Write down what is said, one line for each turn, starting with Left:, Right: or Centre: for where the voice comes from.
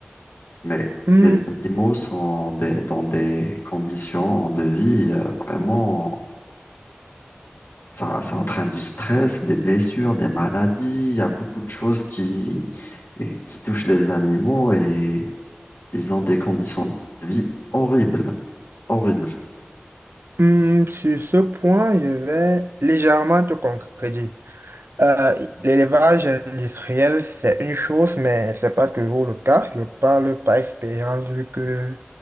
Left: Mais
Right: Hmm,
Left: les animaux sont des- dans des conditions de vie euh, vraiment... Ça, ça entraîne du stress, des blessures, des maladies. Il y a beaucoup de choses qui, qui touchent les animaux et ils ont des conditions de vie horribles. Horrible.
Right: hmm, sur ce point, je vais légèrement te concrétiser. Euh, l'élevage industriel, c'est une chose, mais c'est pas toujours le cas. Je parle par expérience vu que